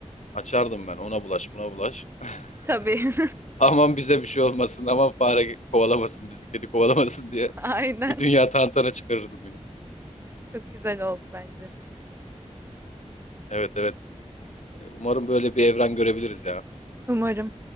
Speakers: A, on the left (about 70°); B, on the right (about 20°).
A: Açardım ben ona bulaş buna bulaş. <laughs>
B: Tabii.
A: Aman bize bir şey olmasın aman fare kovalamasın bizi kedi kovalamasın diye
B: <laughs> Aynen.
A: <laughs> bir dünya tantana çıkarırdım yine.
B: Çok güzel oldu bence.
A: Evet evet umarım böyle bir evren görebiliriz ya.
B: Umarım.